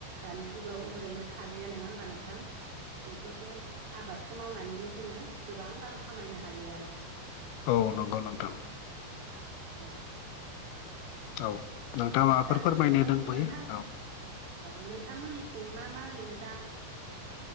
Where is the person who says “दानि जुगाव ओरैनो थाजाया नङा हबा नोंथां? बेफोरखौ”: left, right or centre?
Right